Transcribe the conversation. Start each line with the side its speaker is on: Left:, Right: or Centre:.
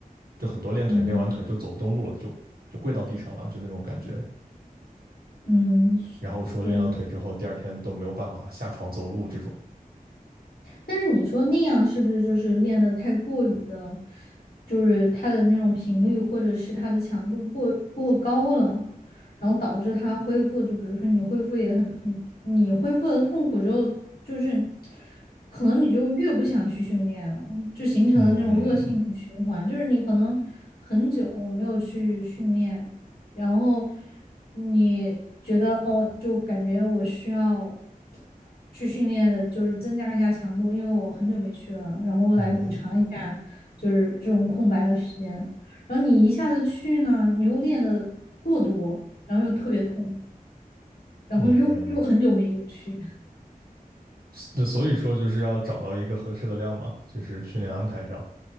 Right: 就很多练腿练完腿就走不动路了，
Left: 嗯
Right: 就就跪到地上了，就那种感觉。
Left: 嗯，
Right: 然后说练了腿之后，
Left: 对。
Right: 第二天都没有办法下床走路这种。
Left: 但是你说那样是不是就是练的太过于的，就是它的那种频率或者是它的强度过过高了，然后导致它恢复，就比如说你恢复也很痛苦，你恢复的痛苦之后，就是可能你就越不想去训练了，就形成了那种恶性循环，
Right: 嗯，
Left: 就是你可能很久没有去训练，然后你觉得哦，就感觉我需要去训练的，就是增加一下强度，因为我很久没去了，然后来补偿一下，
Right: 嗯
Left: 就是这种空白的时间。然后你一下子去呢，你又练的过多，然后又特别痛，然后又又很久没有去。
Right: 嗯，
Left: <laughs>
Right: 那所以说就是要找到一个合适的量嘛，就是训练安排上